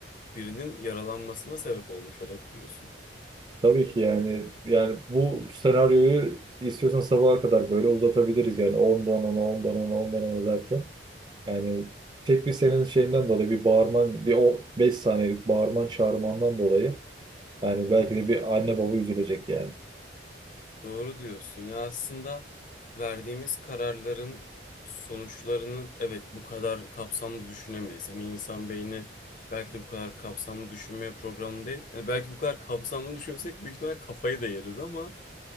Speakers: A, on the left; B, on the right.
A: birinin yaralanmasına sebep olmuş olabiliyorsun.
B: tabii ki yani yani bu senaryoyu istiyorsan sabaha kadar böyle uzatabiliriz yani ondan ona ondan ona ondan ona derken. Yani tek bir senin şeyinden dolayı bir bağırman bir o 5 saniyelik bağırman çağırmandan dolayı Yani belki
A: Hı hı.
B: de bir anne baba üzülecek yani.
A: Doğru diyorsun. Ya aslında verdiğimiz kararların sonuçlarını evet bu kadar kapsamlı düşünemeyiz. Hani insan beyni belki de bu kadar kapsamlı düşünmeye programlı değil. Hani belki bu kadar kapsamlı düşünsek büyük ihtimal kafayı da yeriz ama